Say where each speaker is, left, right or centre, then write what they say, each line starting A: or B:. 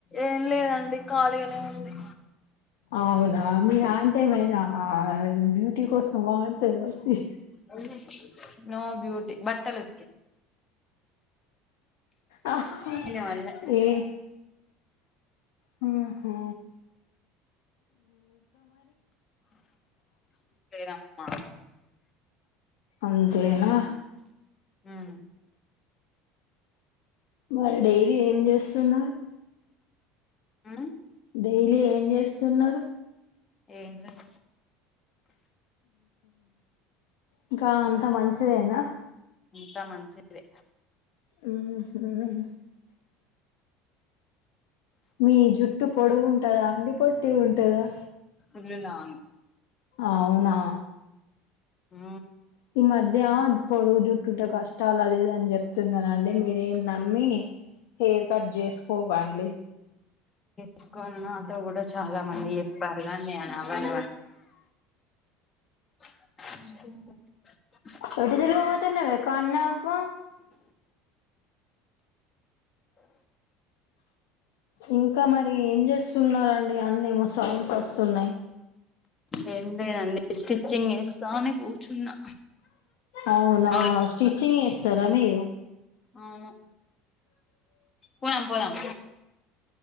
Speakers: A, on the left; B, on the left.
A: ఏం లేదండి కాలిగానే ఉంది
B: అవునా మీ అంటి ఏమైనా బ్యూటీ కోసం వాడుతద సి
A: వదిలేసి చూద్దాం నో బ్యూటీ బట్టలు ఉతుకి
B: ఆ హా
A: ఈయన వల్లే
B: ఏ హు హు
A: లేరంట నా
B: అంతేనా
A: హుమ్
B: మరి డైరీ ఏం చేస్తున్నారు
A: ఉమ్
B: డైలీ ఏం చేస్తున్నారు
A: ఏంజెయ్
B: ఇంకా అంత మంచిదేనా
A: అంతా మంచిదే
B: మ్ మ్ మీ జుట్టు పొడుగుంటదా అండి పొట్టిగుంటదా
A: ఇల్లు లాగం
B: అవునా
A: ఆ
B: ఈ మధ్య పొడుగు జుట్టుంటె కష్టాల్ అది ఇది అని చెప్పి చెప్తున్నానండి మీరేం నమ్మి హెయిర్ కట్ జేసుకోకండి
A: తీసుకొని నాతో కూడా చాలా మంది చెప్పారు కానీ నేను అవన <unintelligible>
B: ఒటి దిరిగి పోతున్నవే కన్నాప్ప ఇంకా మరి ఏం చేస్తున్నారండి అని ఏమో సౌండ్స్ ఓస్తూ స్తున్నయ్
A: ఏం లేదండి స్టిచ్చింగ్ చేస్తా అని కూర్చున్నా
B: అవునా
A: ఓయ్
B: స్టిచ్చింగ్ చేస్తారా మీరు
A: అవును పోదాం పోదాం